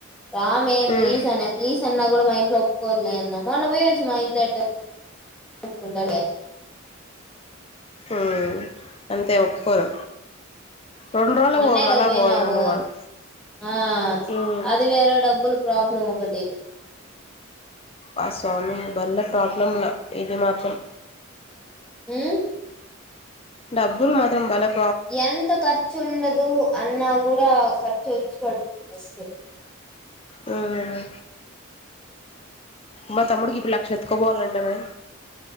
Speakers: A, in the centre; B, on the left (about 30°).
A: రామే ప్లీస్
B: ఉమ్
A: అనే ప్లీస్ అన్నా కూ మా ఇంట్లో ఒప్పుకోర్లేన్న మొన్న పోయెచ్చి మా ఇంట్లో ఎట్ట ఒప్పుకుంటర
B: మ్మ్ అంతే ఒప్పుకోరు రెండు రోజులకు
A: మొన్నే
B: మళ్ళా
A: కదా బోయినావు
B: పోవాల నువ్వు అన్
A: ఆ
B: ఉమ్
A: అది వేరే డబ్బులు ప్రాబ్లం ఒకటి
B: ఆ స్వామి వళ్ళ ప్రాబ్లంలె ఇది మాత్రం
A: మ్మ్
B: డబ్బులు మాత్రం బలం
A: ఎంత ఖర్చు ఉండదు అన్నా కూడా ఖర్చు వచ్చి పడుతుంది ఫస్టె
B: మ్మ్ మా తమ్ముడికి ఇప్పుడు లక్ష ఎత్తుకోబోవాలంట మే